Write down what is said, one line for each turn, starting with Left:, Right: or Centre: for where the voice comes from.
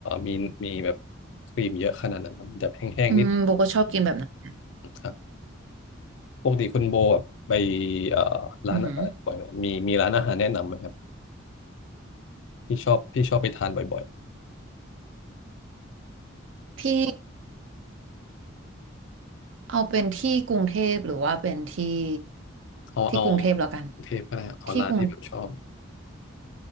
Left: มีมีแบบครีมเยอะขนาดนั้นครับมันจะแห้งๆนิด
Right: ๆอืมโบก็ชอบกินแบบนั้น
Left: ครับปกติคุณโบแบบไปเอ่อร้านอาหารบ่อยไหมมีมีร้านอาหารแนะนำไหมครับ
Right: อือหือ
Left: ที่ชอบที่ชอบไปทานบ่อย
Right: ที่เอาเป็นที่กรุงเทพหรือว่าเป็นที่
Left: ๆเอาเอา
Right: ที่กรุงเทพแล้วกัน
Left: เทปก็ได้เอาร้านที่แบบชอบ
Right: ที่กรุง